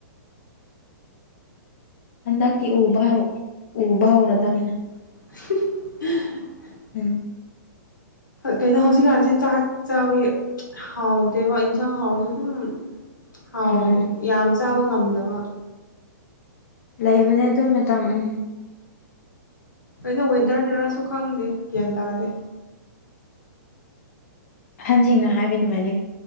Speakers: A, on the left; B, on the left.
A: ꯍꯟꯗꯛꯇꯤ ꯎꯕ ꯎꯕ ꯍꯧꯔꯗꯕꯅꯦ
B: <inaudible>
A: ꯎꯝ
B: ꯀꯩꯅꯣ ꯍꯧꯖꯤꯛꯀꯥꯟꯁꯦ ꯆꯥꯛ ꯆꯥꯕꯩ ꯍꯥꯎꯗꯦꯕ ꯌꯦꯟꯁꯥꯡ ꯍꯥꯎꯁꯨ ꯑꯗꯨꯝ ꯍꯥꯎ
A: ꯎꯝ
B: ꯌꯥꯝ ꯆꯥꯕ ꯉꯝꯗꯕ
A: ꯂꯩꯕꯅꯦ ꯑꯗꯨꯏ ꯃꯇꯝ ꯎꯝ
B: ꯀꯩꯅꯣ ꯋꯦꯗꯔꯅꯔꯁꯨ ꯈꯪꯗꯦ ꯒ꯭ꯌꯥꯟ ꯇꯥꯗꯦ
A: ꯑꯍꯟꯁꯤꯡꯅ ꯍꯥꯏꯕ ꯑꯗꯨꯃꯥꯏꯅ